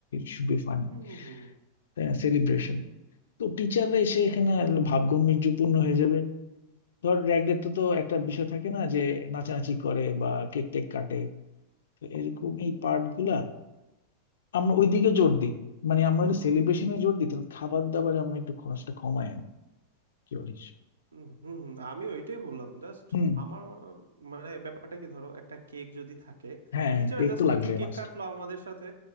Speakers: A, on the left; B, on the right.
A: শুড বি ফানি
B: হুম হুম হুম
A: তাই না সেলিব্রেশন তো টিচাররা এসে এখানে ভাবগম্ভীর্যপূর্ণ হয়ে যাবে ধর র্যাগডের তো তো একটা বিষয় থাকে না যে নাচানাচি করে বা কেক টেক কাটে তো এরকম এই পার্ট গুলা আমরা ওইদিকে
B: হুম
A: জোর
B: হুম
A: দিই মানে আমরা সেলিব্রেশনে জোর দিই তাহলে খাবার দাবারে আমরা একটু খরচটা কমায় আনি কি বলিস
B: হুম হুম হুম, আমি ওইটাই বললাম জাস্ট
A: হুম
B: আমার আহ, মানে ব্যাপারটা কি ধরো একটা কেক যদি থাকে
A: হ্যাঁ
B: টিচার
A: কেক
B: জাস্ট
A: তো লাগবে
B: একটু কেক
A: মাস্ট
B: কাটলো আমাদের সাথে